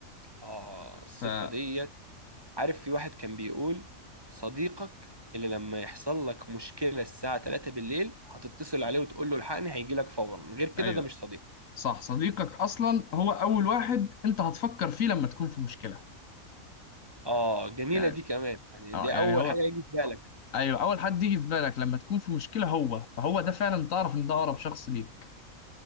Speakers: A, on the right (about 15°); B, on the left (about 70°).
A: اه الصفه
B: فا
A: دي عارف في واحد كان بيقول صديقك اللي لما يحصل لك مشكلة الساعة 3 بالليل هتتصل عليه وتقول له الحقني هيجي لك فورا من غير كده
B: أيوه
A: ده مش صديق
B: صح صديقك أصلا هو أول واحد أنت هتفكر فيه لما تكون في مشكلة
A: اه جميلة
B: يعني
A: دي كمان يعني
B: أه
A: دي
B: يعني
A: اول
B: هو
A: حاجة هيجي في بالك
B: أيوه أول حد يجي في بالك لما تكون في مشكلة هو فهو ده فعلا تعرف إن ده أقرب شخص ليك